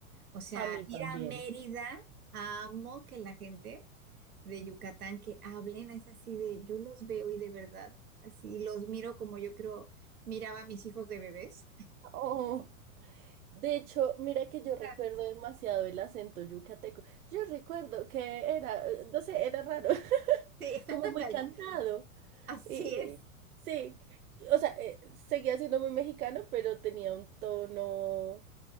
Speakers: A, on the right; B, on the right.
A: O sea,
B: A mí
A: ir
B: también.
A: a Mérida, amo que la gente de Yucatán que hablen, es así de, yo los veo y de verdad, así los miro como yo creo, miraba a mis hijos de bebés.
B: Oh. De hecho, mira que yo recuerdo
A: <laughs>
B: demasiado el acento yucateco. Yo recuerdo que era, eh, no sé, era raro, <laughs>
A: Sí, <laughs>
B: como
A: ándale,
B: muy cantado.
A: así
B: Y,
A: es.
B: y- sí, o sea, eh, seguía siendo muy mexicano, pero tenía un tono